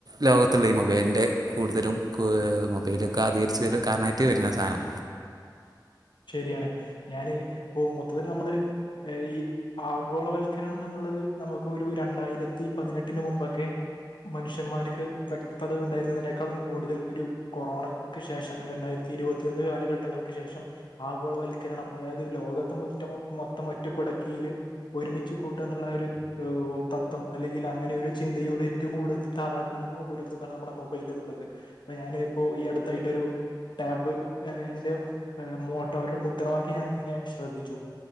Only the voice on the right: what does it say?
ലോകത്തുള്ള ഈ മൊബൈലിൻ്റെ കൂടുതലും മൊബൈലൊക്കെ ആ <unintelligible> കാരണായിട്ട് വരുന്ന സാനം